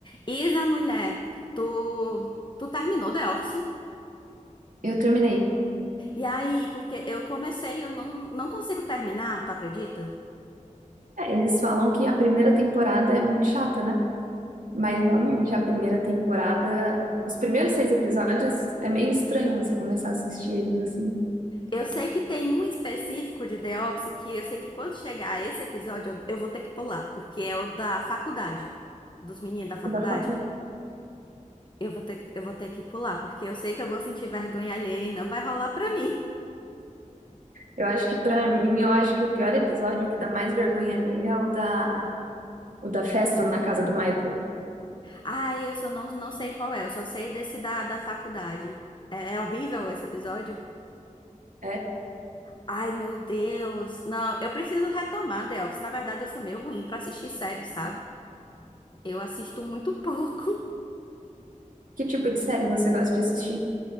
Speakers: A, on the left (about 35°); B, on the right (about 80°).
A: Isa, mulher, tu, tu terminou The Office?
B: Eu terminei.
A: E aí, porque eu comecei e eu não, não consigo terminar, tu acredita?
B: É, eles falam que a primeira temporada é muito chata, né? Mas realmente, a primeira temporada, os primeiros seis episódios é meio estranho você começar a assistir eles assim.
A: Eu sei que tem um específico de The Office que eu sei que quando chegar esse episódio eu, eu vou ter que pular, porque é o da faculdade, dos meninos da faculdade.
B: Da faca.
A: Eu vou ter, que- eu vou ter que pular, porque eu sei que eu vou sentir vergonha alheia e não vai rolar pra mim.
B: Eu acho que pra mim, eu acho que o pior episódio o que dá mais vergonha ali é o da o da festa na casa do Michael.
A: Ai, eu só não, não sei qual é, eu só sei desse da, da faculdade. é é horrível esse episódio?
B: É?
A: Ai, meu Deus. Não, eu preciso retomar The Office. Na verdade, eu sou meio ruim pra assistir séries, sabe? Eu assisto muito pouco. <laughs>
B: Que tipo de série você gosta de assistir?